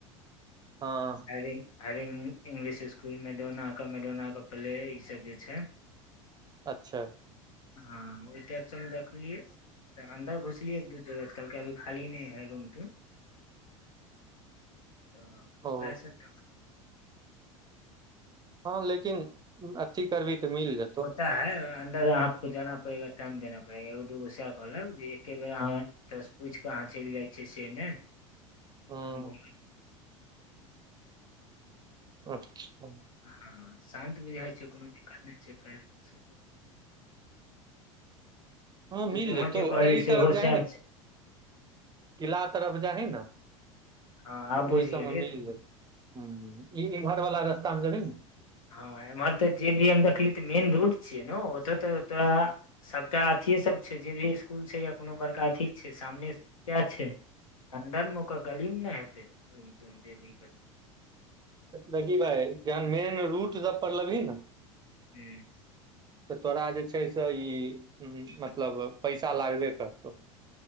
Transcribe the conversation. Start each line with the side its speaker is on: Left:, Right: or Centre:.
Right: हँ
Left: Hari Hari English school Madonna क मेडोना प्ले ई सब जे छै
Right: अच्छा
Left: हँ ओहि प सब मे देखलियै तऽ अन्दर घुसलियै एक दू आजकल के अभी खाली नहि है रूम तुम तऽ
Right: ओ
Left: वैसे तऽ <unintelligible>
Right: हँ लेकिन अथी करबही तऽ मिल जेतौ
Left: अच्छा है अन्दर अहक जाना परेगा टाइम देना पड़ेगा ओ दूगो सेह कहलक जे एके बेर अहाँ एत पूछि केऽ अहाँ चलि जाइ छियै से ने
Right: हँ
Left: घू <unintelligible>
Right: अच्छा
Left: हँ शान्त बुझाइ छै कोनो दिक्कत नहि छै फ <unintelligible>
Right: हँ
Left: तऽ
Right: मिल
Left: तोहूँ
Right: जेतौ
Left: जे कहली
Right: एहि
Left: सेहो
Right: तरफ जाइ
Left: सएह
Right: ने
Left: छै
Right: किला तरफ जा ही ने
Left: हँ
Right: तऽ
Left: आब बुझि
Right: ओहि सबमे
Left: गेलियै
Right: मिल
Left: तू
Right: जेतै
Left: हूँ
Right: हँ ई इम्हर वला रास्ता मे जेभीना
Left: हँ हमर तऽ जे भी हम देखलिय तऽ मेन रोड छियै ने ओतऽ तऽ तोरा सबटा अथि सब छै जे भी स्कुल छै या कोनो बड़का अथी छै सामने सएह छै अन्दर मे ओकर गलीमे नहि हेतै रूम तुम जे भी
Right: देखी भाय जेहन मेन रूट सब पलेबी ने
Left: हूँ
Right: तऽ तोरा जे छै से ई हँ मतलब पैसा लागबे करतौ